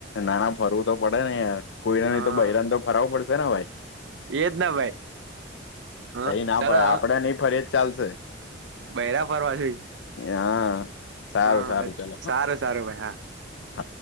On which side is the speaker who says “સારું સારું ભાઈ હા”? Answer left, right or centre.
Right